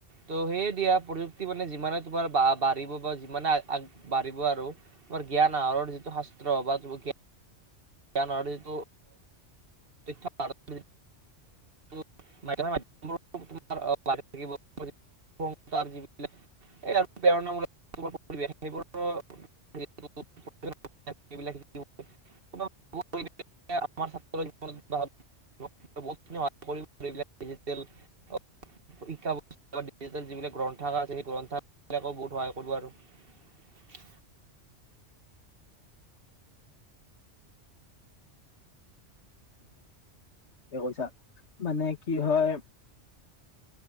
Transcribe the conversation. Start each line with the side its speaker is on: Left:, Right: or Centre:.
Right: ত' সেই দিয়া প্ৰযুক্তি মানে যিমানে তোমাৰ বা বাঢ়িব বা যিমানে আগবাঢ়িব আৰু তোমাৰ জ্ঞান আহৰণৰ যিটো শাস্ত্ৰ বা জ্ঞান। জ্ঞানটো <unintelligible> <unintelligible> তাৰ যিলাক এই আৰু প্ৰেৰণামূলক পৰিৱেশ সেইবোৰ
Left: <inaudible>
Right: <unintelligible> <unintelligible> <unintelligible> যিবিলাক গ্ৰন্থ আছে সেই গ্ৰন্থ বিলাকে বহুত সহায় কৰিব আৰু।
Left: <inaudible> কৈছা মানে কি হয়।